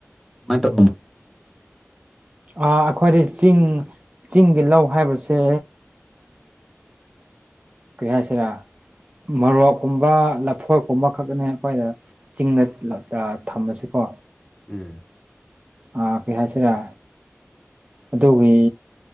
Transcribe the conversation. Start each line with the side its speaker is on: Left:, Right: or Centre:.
Centre: ꯃꯥꯏ ꯇꯧ
Right: ꯑꯩꯈꯣꯏꯗꯤ ꯆꯤꯡ ꯆꯤꯡꯒꯤ ꯂꯧ ꯍꯥꯏꯕꯁꯦ ꯀꯔꯤ ꯍꯥꯏꯁꯤꯔꯥ ꯃꯣꯔꯣꯛꯀꯨꯝꯕ ꯂꯐꯣꯛꯀꯨꯝꯕ ꯈꯛꯅꯦ ꯑꯩꯈꯣꯏꯗ ꯆꯤꯡꯗ ꯊꯝꯃꯁꯤꯀꯣ
Centre: ꯎꯝ
Right: ꯥ ꯀꯩ ꯍꯥꯏꯁꯤꯔꯥ ꯑꯗꯨꯒꯤ